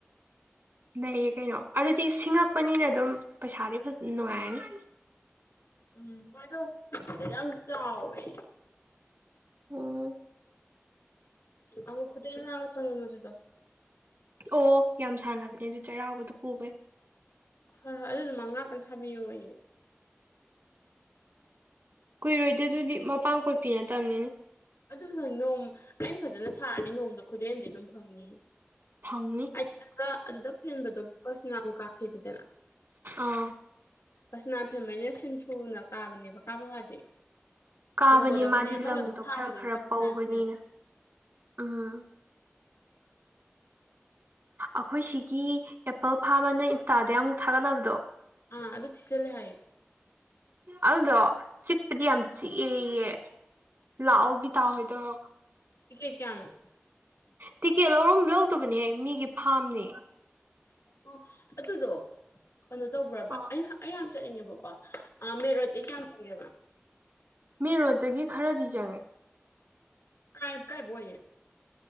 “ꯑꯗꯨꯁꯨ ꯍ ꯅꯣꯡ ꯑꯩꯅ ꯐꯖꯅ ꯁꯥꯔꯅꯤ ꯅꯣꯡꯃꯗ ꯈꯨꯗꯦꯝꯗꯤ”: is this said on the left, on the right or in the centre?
Left